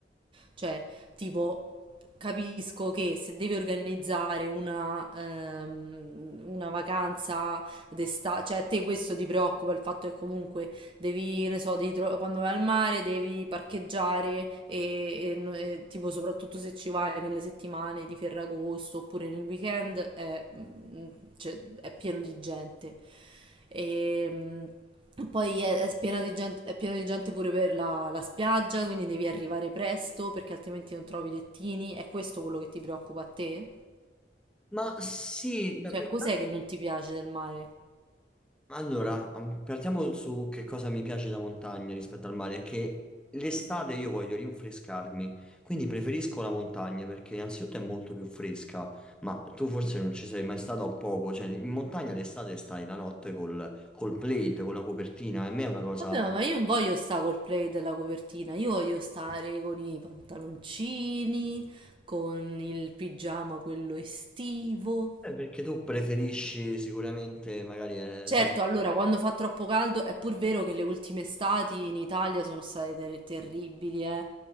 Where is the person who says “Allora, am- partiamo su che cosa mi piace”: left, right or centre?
Centre